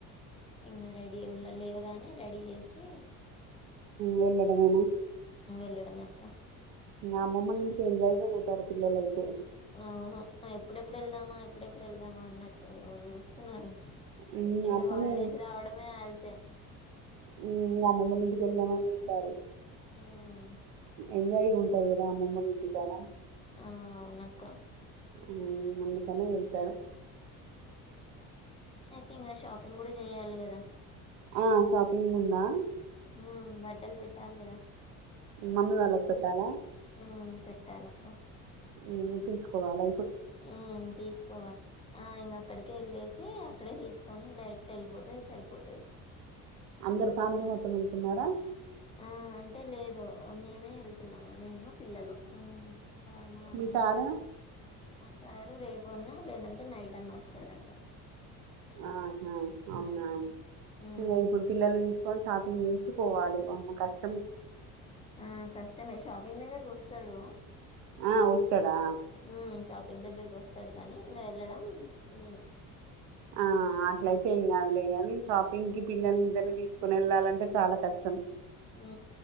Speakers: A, on the left (about 20°); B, on the right (about 80°).
A: ఇంకా రెడీ లేవగానే రెడీ చేసి
B: వెళ్ళడమేనా
A: పలడమే అక్క
B: అమ్మమ్మల్ ఇంటికి ఎంజాయ్ గా పోతారు పిల్లలయితే
A: అవును ఎప్పుడెప్పుడు వెళ్దామా ఎప్పుడెప్పుడు వెళ్దామా అన్నట్టు చూస్తున్నారు
B: మ్మ్
A: ఇంకా
B: అట్లనే
A: హాలిడేస్ రావడమే అల్సయం
B: ఉ అమ్మమ్మల్ంటికి వెళ్దామని చూస్తారు
A: మ్మ్
B: ఎంజాయ్ ఉంటాయి కదా ఆ అమ్మమ్మ ఒళ్ళు ఇంటికాడ
A: ఆ అవునక్కా
B: ఉ అందుకనే వెళ్తారు
A: ఆ అయితే ఇంకా షాపింగ్ కూడా చెయ్యాలి కదా
B: ఆ షాపింగ్ ఉందా
A: ఉ బట్టలు పెట్టాలి కదా
B: మమ్మి వాళ్ళకి పెట్టాలా
A: ఉ పెట్టాలక్క
B: ఉ తీసుకోవాలి
A: ఉ తీసుకోవాలి ఆ ఇంకా అక్కడికె వెళ్ళేసి అక్కడే తీసుకొని డైరెక్ట్ వెళ్ళిపోతే సరిపోతది
B: అందరు ఫ్యామిలీ
A: మ్మ్
B: మొత్తం వెళ్తున్నారా
A: ఆ అంటే లేదు మేమే వెళ్తున్నాము నేను పిల్లలు ఉ బా మా
B: మీ సారు
A: ఆయినా మా సారు రేపు అన్నా లేదంటే నైట్ అన్న వస్తాడంట
B: ఆహా అవునా
A: మ్మ్ మ్మ్
B: ఇంకా ఇప్పుడు పిల్లలు తీసు కోన్ షాపింగ్ చేసి పోవాలి వామ్మో కష్ట
A: ఆ కష్టమే షాపింగ్ దగ్గరకి వస్తాడు
B: ఆ వస్తాడా
A: ఉ షాపింగ్ దగ్గరకి వస్తాడు కానీ ఇంకా వెళ్ళడం మేమే
B: ఆ అట్లయితే ఏం ఏం కాదులే గాని షాపింగ్ కి పిల్లల్ని ఇద్దరిని తీసుకుని వెళ్ళాలంటే చాలా కష్టం
A: ఉ